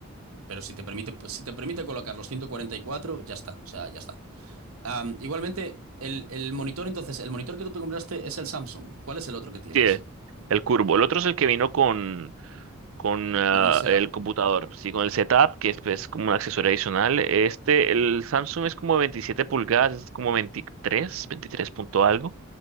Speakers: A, on the right; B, on the right.
A: Pero si te permite, pues, si te permite colocar los 144, ya está, o sea, ya está. Am, igualmente, el, el monitor, entonces, el monitor que tú te compraste es el Samsung. ¿Cuál es el otro que tienes?
B: Sí, el curvo. El otro es el que vino con. con ah,
A: Con el setup
B: el computador, sí, con el setup, que es pues, como un accesorio adicional. Este, el Samsung es como 27 pulgadas, es como 23, 23 punto algo,